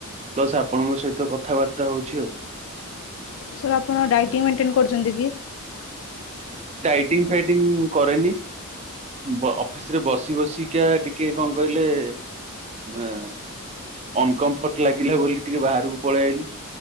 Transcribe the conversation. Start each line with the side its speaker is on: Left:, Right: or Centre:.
Right: ପ୍ଲସ୍ ଆପଣଙ୍କ ସହିତ କଥାବାର୍ତ୍ତା ହଉଛି ଆଉ।
Left: ସାରେ ଆପଣ ଡାଇଟିଇଂ ମେଟେନ କରୁଛନ୍ତି କି?
Right: ଡାଇଟିଙ୍ଗ ଫାଇଟିଙ୍ଗ କରେନି ବ ଅଫିସ ରେ ବସି ବସି କିଆ ଟିକେ କ କହିଲେ ମେ ଅନକମ୍ଫର୍ଟ ଲାଗିଲା ବୋଲି ଟିକେ ବାହାରକୁ ପଳେଇଲି